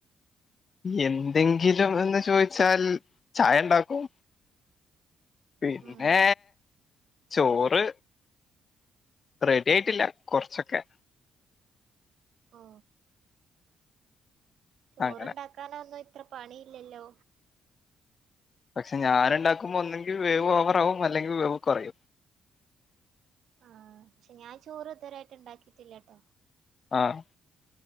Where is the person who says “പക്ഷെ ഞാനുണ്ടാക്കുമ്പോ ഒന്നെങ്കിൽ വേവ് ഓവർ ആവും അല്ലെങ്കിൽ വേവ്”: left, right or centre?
Left